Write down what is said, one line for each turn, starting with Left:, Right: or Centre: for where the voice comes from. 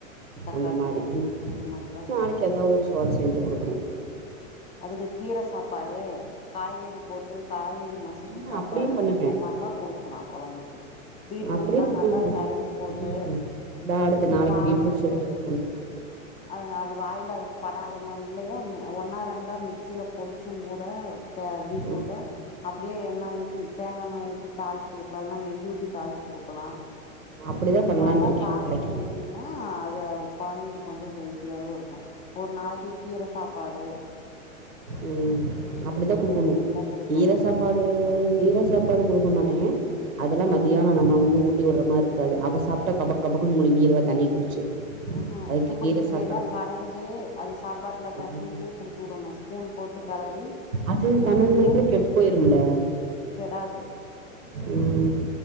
Left: தக்காளி
Right: அந்த மாதிரி
Left: சோறு இந்த மாரிதா செஞ்சு
Right: நாளைக்கு
Left: குடுக்கு
Right: ஏதாவது ஒரு சோர செஞ்சு குடுக்கணும்.
Left: அதுக்கு கீரை சாப்பாடு காய்கறி போட்டு காய்கறி மசிச்ச
Right: ம்
Left: சாப்பாடு
Right: அப்டியு பண்ணுவே
Left: அந்த மார்லா குடுக்கலா கொழந்தைக்கு பீட்ரூட்லா
Right: அப்டியு பண்ணுவே
Left: நல்லா செரவி போட்டு
Right: ம் இந்தா அடுத்து நாளைக்கு
Left: தாள்ச்சு
Right: பீட்ரூட் சோறு தா குடுக்கணு
Left: அவ்ங்க அது வாயில அதுக் படாத மாரி இல்லையா ஒன்னா ரெண்டா மிக்சில பொடிச்சுங் கூட த பீட்ரூட்டை
Right: ம்
Left: அப்படியே எண்ணெய் ஊற்றி தேங்காய எண்ணய் ஊற்றி தாளிச்சு கொடுக்கலாம், இல்னா நெய் ஊற்றி தாளிச்சு குடுக்கலாம்,
Right: அப்டிதா
Left: இந்த
Right: பண்லான்ட்ருக்கே
Left: மாதிரிலாம் தாளிச்சு
Right: நாளைக்கு
Left: கொடுத்தீங்கன்னா அது குழந்தை ஹெல்த்தியாவு இருக்கு ஒரு நாளைக்கு கீர சாப்பாடு
Right: உம் அப்டித்தா குடுக்கணு
Left: இந்த மாதிரிலாம் குடுக்கணும்
Right: கீர சாப்பாடு கீர சாப்பாடு குடுக்க மாட்டே அதெல்லா மத்யான நம்ம வந்து ஊட்டி விட்ற மார்ருக்காது அவ சாப்ட்டா கபக் கபக்குன் முழுங்கிருவா தண்ணிய குடிச்சு
Left: ஆஹ்ஹா
Right: அதுக்கு
Left: சுக்குட்டு
Right: கீர
Left: கீரைலா
Right: சாப்பாடு
Left: கடஞ்சு அது சாப்பாட்ல பெசஞ்சு
Right: ம்
Left: குடுத்து விடணு ஸ்பூன் போட்டு கெளறி
Right: அது
Left: குடுத்துட்டா
Right: பன்னெண்டு மணிக்குள்ள கெட்டு போயிரும்ல
Left: கெடாது
Right: ம்